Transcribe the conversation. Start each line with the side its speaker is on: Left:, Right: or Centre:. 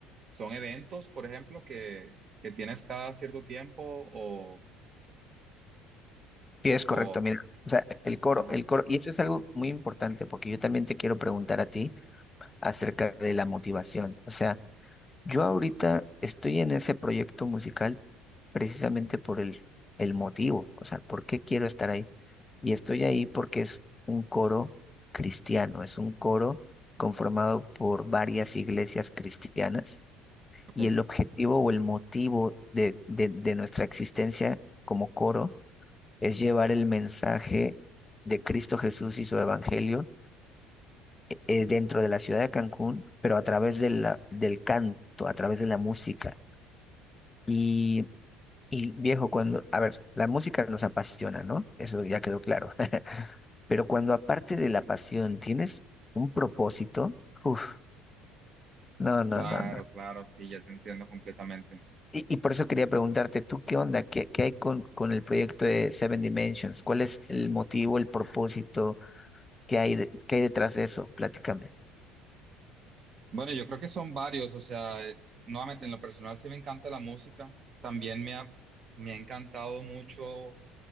Right: son eventos, por ejemplo, que, que tienes cada cierto tiempo o,
Left: Y es correcto,
Right: o,
Left: mira. O sea, el coro,
Right: ajá,
Left: el coro, y eso es algo muy importante porque yo también te quiero preguntar a ti acerca de la motivación. O sea, Yo ahorita estoy en ese proyecto musical precisamente por el, el motivo, o sea, por qué quiero estar ahí. Y estoy ahí porque es un coro cristiano, es un coro conformado por varias iglesias cristianas
Right: ok.
Left: y el objetivo o el motivo de, de, de nuestra existencia como coro es llevar el mensaje de Cristo Jesús y su evangelio eh, dentro de la ciudad de Cancún, pero a través de la- del canto, a través de la música. Y, y viejo, cuando, a ver, la música nos apasiona, ¿no? Eso ya quedó claro. <laughs> Pero cuando aparte de la pasión tienes un propósito, uff, no, no,
Right: Claro,
Left: no, no.
Right: claro, sí, ya te entiendo completamente.
Left: Y, y por eso quería preguntarte, ¿tú qué onda? ¿Qué, qué hay con, con el proyecto de Seven Dimensions? ¿Cuál es el motivo, el propósito? ¿Qué hay, de- qué hay detrás de eso? Platícame.
Right: Bueno, yo creo que son varios, o sea, eh, nuevamente en lo personal sí me encanta la música, también me ha, me ha encantado mucho